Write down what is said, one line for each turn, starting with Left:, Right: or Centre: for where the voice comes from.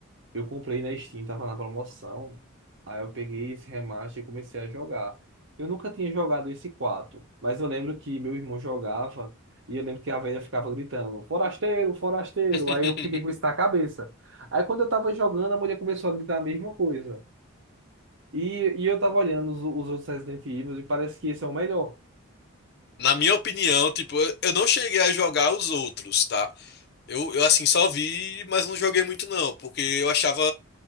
Right: Eu comprei na Steam, tava na promoção. Aí eu peguei esse remaster e comecei a jogar. Eu nunca tinha jogado esse 4 mas eu lembro que meu irmão jogava e eu lembro que a velha ficava gritando: Forasteiro, forasteiro.
Left: <laughs>
Right: Aí eu fiquei com isso na cabeça. Aí quando eu tava jogando, a mulher começou a gritar a mesma coisa. E, e eu tava olhando os, os outros Resident Evil e parece que esse é o melhor.
Left: Na minha opinião, tipo, eu eu não cheguei a jogar os outros, tá? Eu, eu assim só vi, mas não joguei muito não, porque eu achava